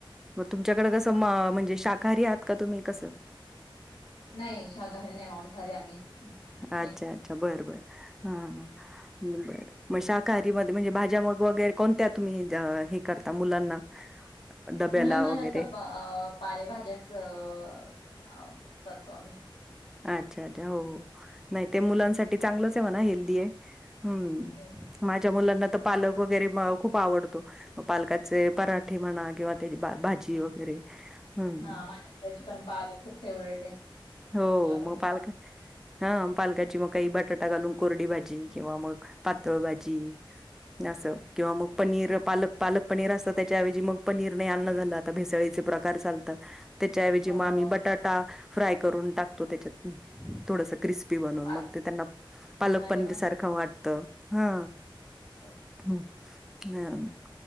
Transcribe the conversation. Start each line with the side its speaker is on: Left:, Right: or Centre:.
Centre: मग तुमच्याकडे कसं मा म्हण ण शाकाहांरी आहात का तुम्ही कस.
Left: नाही शकाहरी न्हाय मौसाहारी आम्ही.
Centre: अच्छा
Left: मिक्स.
Centre: अच्छा बर बर हा हा बर म शाकाहारी म म्हणजे भाज्या मग वगैरे कोणत्या तुम्ही हे करता मुलांना. <inaudible> डब्याला
Left: मुलांना
Centre: वगैरे?
Left: जास्ं पालेभाज्याच अ करतो आम्ही.
Centre: अच्छा अच्छा हो हो नाही ते मुलांसाठी चांगलंच आहे म्हणा हेल्दी आहे. हम्म
Left: हेल्दी
Centre: माझ्या मुलांना पालक वगैरे खूप आवडतो पालकाचे पराठे म्हणा किंवा त्या बा भाजी
Left: म्हणा.
Centre: वगैरे हम्म.
Left: हां, माझ्या मुलाची पण पालक खूप फेव्हरेट आहे.
Centre: हो
Left: त्याला पण
Centre: मग
Left: खूप
Centre: पालक
Left: आवडतं.
Centre: हा पालकाची मग काही बटाटा घालून कोरडी भाजी किंवा मग पातळ भाजी - अस
Left: हं.
Centre: किंवा मग पनीर - पालक पालक पनीर असत त्याच्याऐवजी मग पनीर नाही अन्न झालं आता भेसळीचे प्रकार चालतात. त्याच्याऐवजी
Left: हो,
Centre: मग आम्ही बटाटा फ्राय करून टाकतो त्याच्यात थोडस क्रिस्पी बनून
Left: पालक.
Centre: मग ते त्यांना पालक
Left: अरे
Centre: पनीर
Left: वाह!
Centre: सारखं वाटत हा.
Left: <inaudible>
Centre: ह.